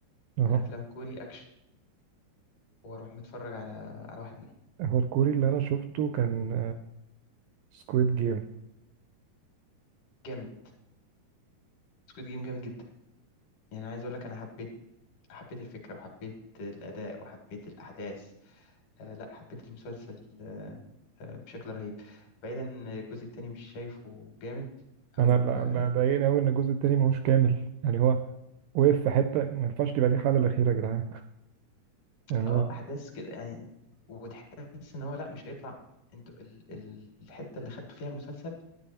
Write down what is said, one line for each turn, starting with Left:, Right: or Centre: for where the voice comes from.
Right: اهو
Left: من افلام كوري اكشن واروح متفرج على على واحد منهم
Right: هو الكوري اللي انا شفته كان سكويد جيم
Left: جامد سكوت جيم جامد جدا يعني عايز اقول لك انا حبيت حبيت الفكرة وحبيت الاداء وحبيت الاحداث آه لا حبيت المسلسل آه بشكل رهيب بعيدا إن الجزء التاني مش شايفه جامد
Right: انا
Left: او
Right: لا-
Left: اه
Right: لا ضايقني قوي ان الجزء التاني ماهوش كامل يعني هو وقف في حته ما ينفعش تبقى دي الحاله الاخيره يا جدعان يعني
Left: آه،
Right: أنا
Left: احداث كده يعني وتحس ان هو لا مش هيطلع انتوا ال- ال- الحتة اللي خدتوا فيها المسلسل